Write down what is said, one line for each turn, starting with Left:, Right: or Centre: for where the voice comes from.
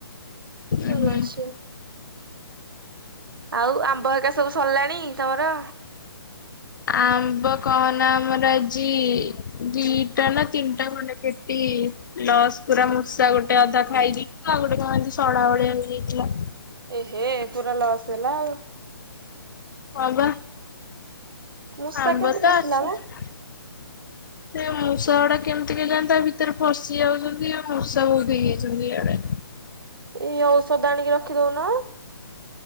Left: ହୁଁ
Right: ଭଲ ଅଛି। ଆଉ ଆମ୍ବ ହରିକା ସବୁ ସରିଲାଣି ତମର?
Left: ଆମ୍ବ କହନା ଆମର ଆଜି ଦିଇଟା ନା ତିନଟା ଖଣ୍ଡେ ପେଟି ଲସ୍ ପୁରା ମୂଷା ଗୋଟେ ଅଧା ଖାଇ ଦେଇଥିଲା ଆଉ ଗୋଟେ କଣ ଏମତି ସଢା ଭଳିଆ ହେଇଯାଇଥିଲା।
Right: ଏହେ ପୁରା ଲସ୍ ହେଲା ଆଉ।
Left: ହଁପା।
Right: ମୂଷା
Left: ଆମ୍ବ
Right: କେମିତି
Left: ତ
Right: ପଶିଲା
Left: ଆସିଛି
Right: ମ
Left: ସେ ମୁଷ୍ ଷାଗୁଡା କେମିତି କେଜାଣି ତା ଭିତରେ ପସିି ଯାଉଚନ୍ତି ଆଉ ମୂଷା ବୋହୁତ ହେଇଯାଇଚନ୍ତି ୟାଡେ।
Right: ଇଏ ଓଷଦ ଆଣିକି ରଖିଦୋଉନ।